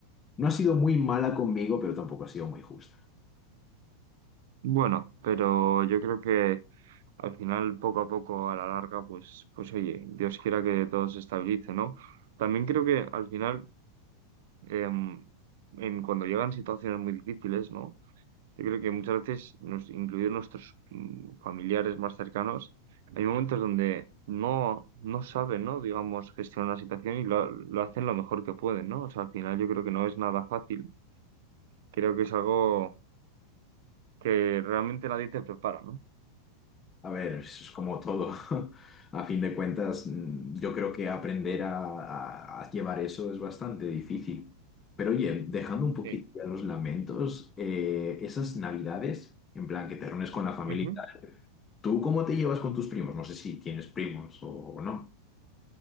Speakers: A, on the left (about 20°); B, on the right (about 55°).
A: no ha sido muy mala conmigo, pero tampoco ha sido muy justa.
B: Bueno, pero yo creo que al final, poco a poco, a la larga, pues, pues oye, Dios quiera que todo se estabilice, ¿no? También creo que al final, em, en, cuando llegan situaciones muy difíciles, ¿no? Yo creo que muchas veces, nos, incluidos nuestros mm, familiares más cercanos, hay momentos donde no, no saben, ¿no? Digamos, gestionar la situación y lo, lo hacen lo mejor que pueden, ¿no? O sea, al final yo creo que no es nada fácil. Creo que es algo que realmente nadie te prepara, ¿no?
A: A ver, eso es como todo. <laughs> A fin de cuentas, mm, yo creo que aprender a, a- a llevar eso es bastante difícil. Pero oye, dejando un poquito
B: Sí.
A: ya los lamentos, eh, esas navidades, en plan que te reúnes con la familia,
B: Ujú.
A: y tal, ¿tú cómo te llevas con tus primos? No sé si tienes primos o no.